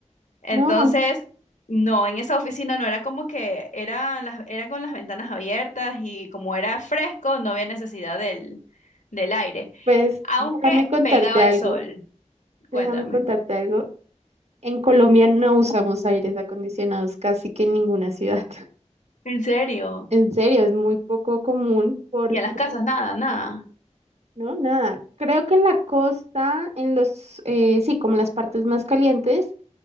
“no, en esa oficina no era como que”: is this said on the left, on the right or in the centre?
Left